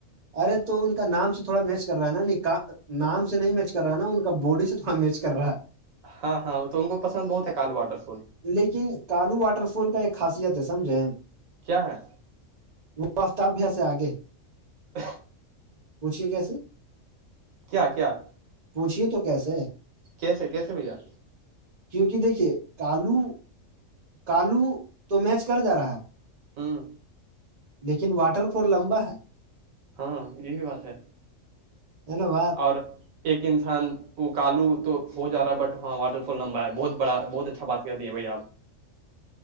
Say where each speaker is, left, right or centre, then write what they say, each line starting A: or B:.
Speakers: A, on the right; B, on the right.
A: ارے تو ان کا نام سے تھوڑا میچ کر رہا ہے نا نہیں نام سے نہیں میچ کر رہا ہے نا ان کا باڈی سے تھوڑا میچ کر رہا ہے
B: ہاں ہاں وہ تو ان کو پسند بہت ہے کالو واٹر فال
A: لیکن کالو واٹر فال کا ایک خاصیت ہے سمجھے
B: کیا ہے
A: وہ آفتاب بھییا سے آگے
B: ا
A: پوچھیے کیسے
B: کیا کیا
A: پوچھیے تو کیسے
B: کیسے کیسے بھیا
A: کیونکہ دیکھیے کالو کالو تو میچ کر جا رہا ہے
B: ہاں
A: لیکن واٹر فول لمبا ہے
B: ہاں یہ بھی بات ہے
A: اینوا
B: اور ایک انسان وہ کالو تو ہو جا رہا ہے بٹ ہاں واٹر فال لمبا ہے بہت بڑا بہت اچھا بات کر دیے بھائی آپ